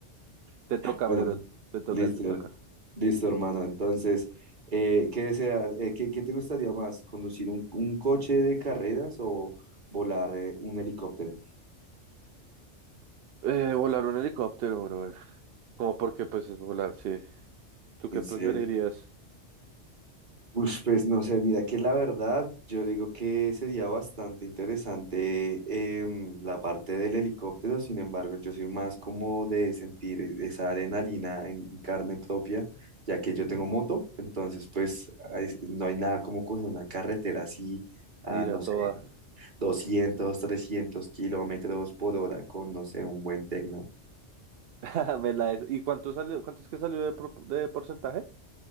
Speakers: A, on the right; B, on the right.
A: Te toca,
B: Bueno,
A: mi bro. Te toca,
B: listo,
A: te toca.
B: listo, hermano. Entonces, eh, ¿qué deseas? Eh, ¿qué, qué te gustaría más? ¿Conducir un, un coche de carreras o volar eh, un helicóptero?
A: Eh, volar un helicóptero, brother. Como porque pues es volar, sí. ¿Tú qué
B: ¿Sí?
A: preferirías?
B: Ush, pues no sé, mira que la verdad, yo digo que sería bastante interesante em, la parte del helicóptero, sin embargo, yo soy más como de sentir esa adrenalina en en carne propia, ya que yo tengo moto, entonces pues ay, no hay nada como coger una carretera así a,
A: Ir
B: no
A: a
B: sé,
A: toda.
B: 200 300 kilómetros por hora con, no sé, un buen techno.
A: <laughs> Me la des- ¿Y cuánto salió? ¿Cuánto es que salió de, pro- de porcentaje?